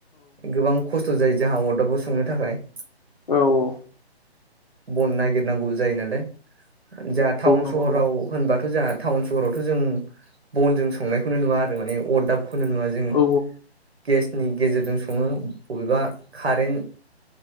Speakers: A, on the right (about 70°); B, on the left (about 45°).
A: गोबां खस थ' जायो जोंहा अदाबाव संनो थाखाय।
B: औ औ
A: बन नागिरनांगौबो जायो नालाय। जा टाउन
B: नंगौ
A: सहराव
B: नंगौ
A: होनबा थ' जोंहा टाउन सहराव थ' जों बनजों स संनायखौनो नुवा आरो माने अरदाब खनो नुवा जों।
B: औ
A: गेसनि गेजेरजों सङो बबेबा कारेन्ट